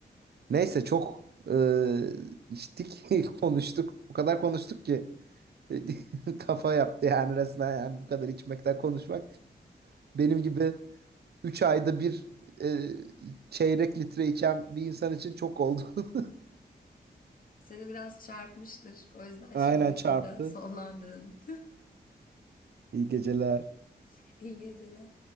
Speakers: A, on the right (about 70°); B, on the left (about 55°).
A: Neyse çok e, içtik <laughs> konuştuk. O kadar konuştuk ki. <laughs> kafa yaptı yani resmen yani bu kadar içmekten konuşmak. Benim gibi 3 ayda bir e, çeyrek litre içen bir insan için çok oldu. <laughs>
B: Seni biraz çarpmıştır. O yüzden
A: Aynen
B: şimdilik
A: çarptı.
B: burada sonlandıralım.
A: <laughs> İyi geceler.
B: <laughs> İyi geceler.